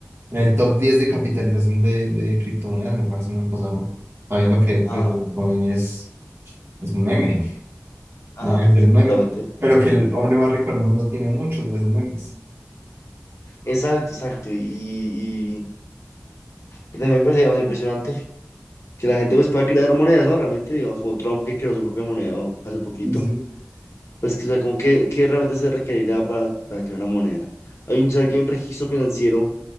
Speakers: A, on the right; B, on the left.
A: en el top 10 de capitalización de, de criptomonedas, me parece una cosa, ¿no? Sabiendo que
B: Ajá,
A: el Dogecoin es, es un meme,
B: ajá,
A: no es un
B: sí,
A: meme,
B: exactamente.
A: pero que el hombre más rico del mundo tiene muchos de esos memes.
B: Exacto, exacto. Y, y, y también me parece, digamos, impresionante que la gente pues pueda crear monedas, ¿no? Realmente, digamos, como Trump que creó su propia moneda hace poquito.
A: Sí, sí.
B: Pues que, o sea, como que, que realmente se requerirá para, para crear una moneda. Hay un, ¿sabes que hay un registro financiero